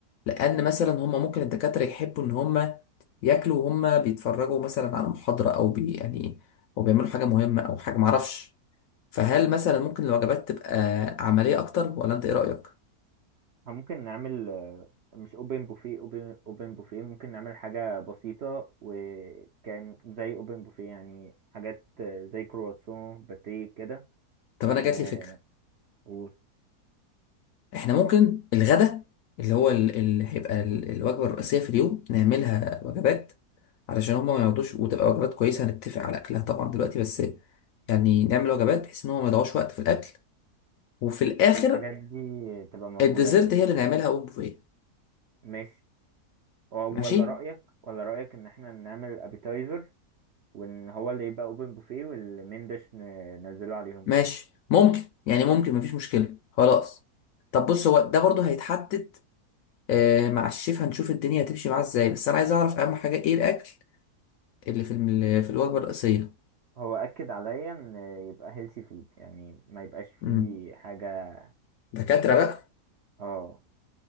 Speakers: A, on the left; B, on the right.
A: لان مثلا هم ممكن الدكاتره يحبوا ان هم ياكلوا وهم بيتفرجوا مثلا على محاضره او بي يعني او بيعملوا حاجه مهمه او حاجه معرفش فهل مثلا ممكن الوجبات تبقى عمليه اكتر ولا انت ايه رايك
B: آه، ممكن نعمل آه، مش اوبن بوفيه اوبن اوبن بوفيه ممكن نعمل حاجة بسيطة وكان زي اوبن بوفيه يعني حاجات آه، زي كرواسون باتيه كده
A: طب انا
B: ن-
A: جات لي فكره
B: و-
A: احنا ممكن الغدا اللي هو ال- اللي هيبقى ال- الوجبه الرئيسيه في اليوم نعملها وجبات علشان هم ما يقعدوش وتبقى وجبات كويسه هنتفق على اكلها طبعا دلوقتي بس يعني نعمل وجبات بحيث ان هم ما يضيعوش وقت في الاكل وفي الاخر
B: والحاجات دي تبقى موجودة
A: الديزرت
B: كده
A: هي اللي نعملها اون بوفيه
B: ماشي ولا
A: ماشي
B: رأيك ولا رأيك إن إحنا نعمل أبيتايزر وإن هو اللي يبقى أوبن بوفيه والمين ديش ننزله عليهم
A: ماشي ممكن يعني ممكن مفيش مشكله خلاص طب بص هو ده برضو هيتحدد آه مع الشيف هنشوف الدنيا هتمشي معاه ازاي بس انا عايز اعرف اهم حاجه ايه الاكل اللي في الم- في الوجبه الرئيسيه
B: هو أكد عليا إن يبقى هيلسي فود يعني ما يبقاش فيه
A: امم
B: حاجة
A: دكاتره بقى
B: اه